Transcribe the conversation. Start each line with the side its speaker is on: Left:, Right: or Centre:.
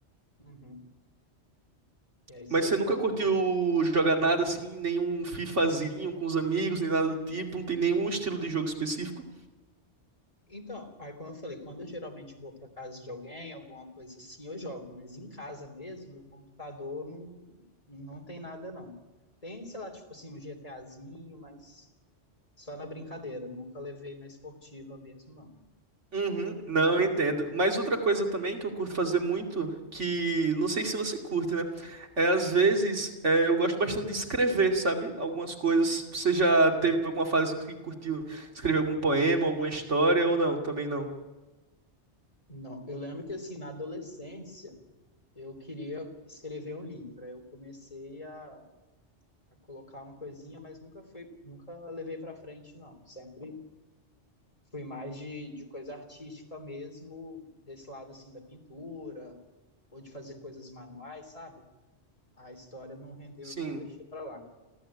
Left: Uhum. E aí você
Right: Mas você
Left: então.
Right: nunca curtiu jogar nada assim, nenhum FIFAzinho com os amigos, nem nada do tipo, não tem nenhum estilo de jogo específico?
Left: Então, aí como eu falei, quando eu geralmente vou para casa de alguém, alguma coisa assim, eu jogo, mas em casa mesmo, meu computador não, não tem nada não. Tem, sei lá, tipo assim, um GTAzinho, mas só na brincadeira, nunca levei na esportiva mesmo, não.
Right: Uhum, não eu entendo. Mas outra coisa também que eu curto fazer muito, que não sei se você curte, né? É, às vezes é, eu gosto bastante de escrever, sabe? Algumas coisas. Você já teve alguma fase em que curtiu escrever algum poema, alguma história ou não? Também não.
Left: Não, eu lembro que assim, na adolescência, eu queria escrever um livro. Aí eu comecei a a colocar uma coisinha, mas nunca foi, nunca levei para frente, não. Sempre fui mais de, de coisa artística mesmo, desse lado assim da pintura, ou de fazer coisas manuais, sabe? A história não rendeu,
Right: Sim.
Left: não, eu deixei para lá.